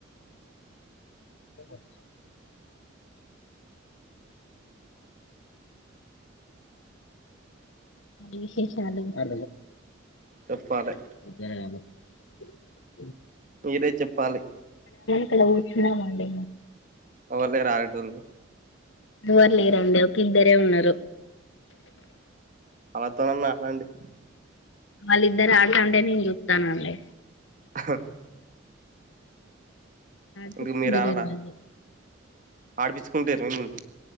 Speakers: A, on the left; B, on the right.
A: <inaudible> విశేశాలు అ
B: చెప్పాలే
A: బర అద <unintelligible> <unintelligible>
B: మీరే చెప్పాలి
A: ఎక్కడ కూర్చున్నారడి
B: ఎవరు లేరు ఆడే తోలు
A: ఎవ ర లే రండి ఒక ఇద్దరే ఉన్నారు
B: అలతోనన్నా అలాండి <unintelligible>
A: వాళ్ళిద్దరు ఆడుతాంటే నేను చూస్తానుండి
B: ఆహ్ హ్
A: డుకిందలిరువా
B: ఎందుకు మీరు ఆడరా
A: <unintelligible>
B: ఆడిపిచ్చుకుంటారు మిమ్మల్ని